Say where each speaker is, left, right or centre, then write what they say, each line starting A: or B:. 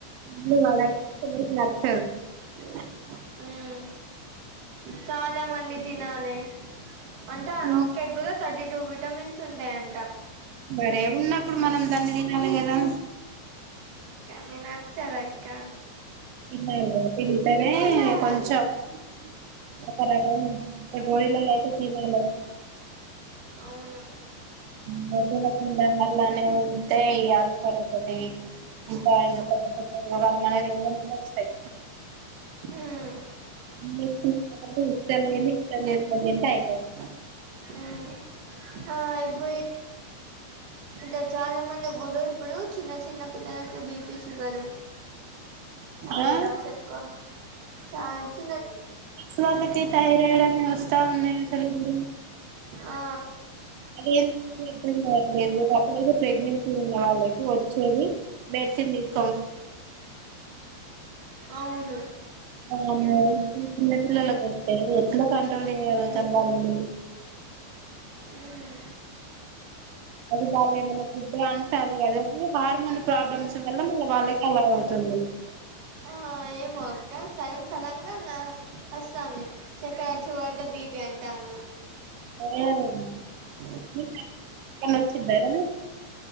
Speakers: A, on the right (about 85°); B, on the right (about 55°).
A: ముందు వాళ్ళ కెవరికి నచ్చదు అ
B: హ్మ్ చాలా మం లి తినాలి అంటే ఆ
A: హ్మ్.
B: ఒక్క ఎగ్ లో థర్టీ టు విటమిన్స్ ఉంటాయంట
A: మరే ఉన్నప్పుడు మనం దాన్ని తినాలి గదా
B: కానీ నచ్చదా క
A: <unintelligible> <unintelligible>
B: అవును
A: <unintelligible> ఇట్లానే ఉంటే ఎల్తారు ఒకటి ఇంకా ఇం కొత్త కొత్త రోగాలు మనకి తెల్వనివి కూడా వస్తాయి
B: ఉమ్
A: <unintelligible> ఇష్టం లేని ఇష్టం చేసుకోడి ఏంటే అయిపోంది
B: ఉమ్ ఆ అయిపోయిద్ ఇంకా చాలా మంది గుడు ఇప్పుడు చిన్న చిన్న పిల్లలకి బీపి షుగరు ఆడ
A: ఆ
B: డాగ్స్ ఎక్కువ చాలా చిన్నది
A: <unintelligible> తాయి <unintelligible> వస్తా ఉన్నాయి అసలు ఇప్పుడు
B: ఆ
A: అదేంటో అసలు అర్థం కావట్లేదు అప్పుడతే ప్రగ్నెం ఉన్న వాళ్ళకి వచ్చేది మెడిసిన్ తీసుకో
B: అవును
A: <unintelligible> చిన్న పిల్లలకు వస్తే ఎట్లా కంట్రోల్ చేయాలో చంపాలని
B: ఉమ్
A: అది వాళ్ళు ఏమైనా ఫుడ్ అంటది అదది హార్మోన్ ప్రాబ్లమ్స్ వల్ల మళ్ళ వాళ్ళకి అలా అవుతుంది
B: ఆ ఏమో అక్క సడన్ సడంగా వస్తంది చక్కర ఒచ్చివడ్డ బీపి అంటారు
A: ఆ వచ్చిదా రిజల్ట్ ఒచ్చిందార మరి